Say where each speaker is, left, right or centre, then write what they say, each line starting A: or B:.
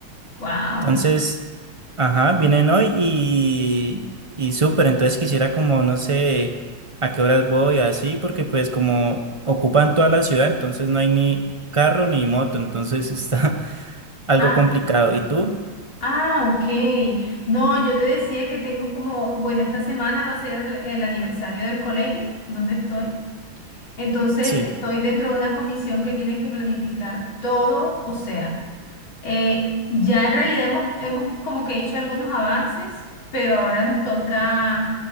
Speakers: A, on the left; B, on the right.
A: Wow.
B: Entonces, ajá, vienen hoy y, y súper, entonces quisiera como, no sé, a qué horas voy, así, porque pues como ocupan toda la ciudad, entonces no hay ni carro ni moto, entonces está <laughs> algo
A: Ah,
B: complicado. ¿Y tú?
A: ah, ok. No, yo te decía que tengo como, bueno, esta semana va a ser el el aniversario del colegio donde estoy. Entonces,
B: Sí,
A: estoy dentro de una comisión que tiene que planificar todo, o sea, eh, ya en realidad hemos, hemos como que hecho algunos avances, pero ahora nos toca